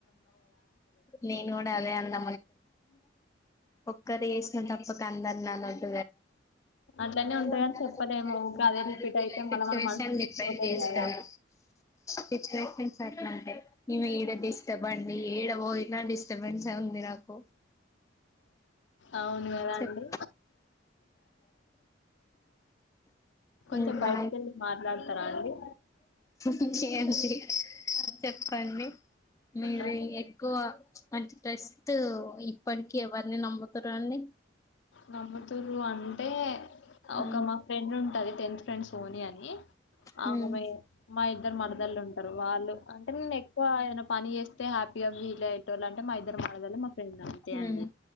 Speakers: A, on the left; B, on the left.
A: నే కూడా అదే అన్నా ఒక్కరు ఏసిన బట్ట
B: అట్లనే
A: <unintelligible>
B: ఉంటదని చెప్పలేము ఊకే అదే రిపీట్ అయితే
A: <unintelligible>
B: మళ్ళ
A: పిక్స్
B: మన
A: మీకు
B: మనసు తీసుకోలేదు
A: సెండ్ చేస్తాను
B: కదా
A: సిచువేషంట్స్ అట్లాంటే న ఈడ డిస్టర్బ్ అండి ఈడ పోయినా డిస్టర్బెన్స్ ఉంది నాకు
B: అవును కదా
A: చెప్
B: అండి కొంచెం
A: ఇంకా
B: బయటిక వెళ్ళి మాట్లాడతారా అండి
A: ఇంకేంటి చెప్పండి మీరే
B: ఆ,
A: ఎక్కువ అంటే టస్ట్ ఇప్పటికి ఎవరిని నమ్ముత రండి
B: నమ్మతూరు అంటే
A: హ్మ్
B: అక్కడ నా ఫ్రెండ్ ఉంటది టెన్త్ ఫ్రెండ్ సోని అని
A: హ్మ్
B: ఆమె మా ఇద్దరు మరదల్ళు ఉంటారు వాళ్ళు అంటే నేను ఎక్కువ ఆయన పని చేస్తే హ్యాపీగా వీల్ అయి టోల్ అంటే మా ఇద్దరు మరదలు మా ఫ్రెండ్
A: హ్మ్